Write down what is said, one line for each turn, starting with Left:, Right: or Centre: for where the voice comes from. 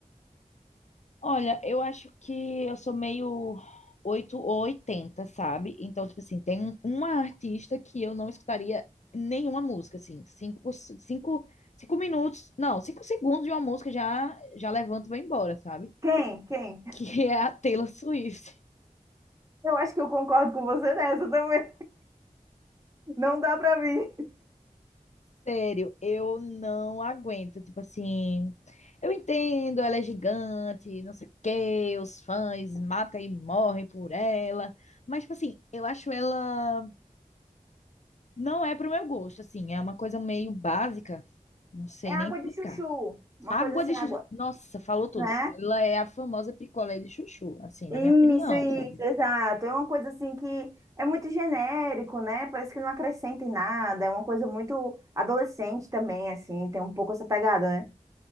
Left: Olha, eu acho que eu sou meio oito ou oitenta, sabe? Então, tipo assim, tem um- uma artista que eu não escutaria nenhuma música, assim. Cinco, cinco, cinco minutos, não, cinco segundos de uma música já, já levanto e vou embora, sabe? <laughs>
Right: Quem? Quem?
Left: Que é a Taylor Swift.
Right: Eu acho que eu concordo com você nessa também. <laughs> Não dá pra mim.
Left: Sério, eu não aguento. Tipo assim, eu entendo, ela é gigante, não sei o quê, os fãs matam e morrem por ela. Mas, tipo assim, eu acho ela. Não é pro meu gosto, assim, é uma coisa meio básica. Não sei
Right: É água
Left: nem explicar.
Right: de chuchu, uma
Left: Água
Right: coisa assim,
Left: de chuchu.
Right: água,
Left: Nossa, falou tudo.
Right: né?
Left: Ela é a famosa picolé de chuchu, assim,
Right: Isso,
Left: na minha opinião,
Right: isso,
Left: sabe?
Right: exato. É uma coisa assim que é muito genérico, né? Parece que não acrescenta em nada. É uma coisa muito adolescente também, assim, tem um pouco essa pegada, né?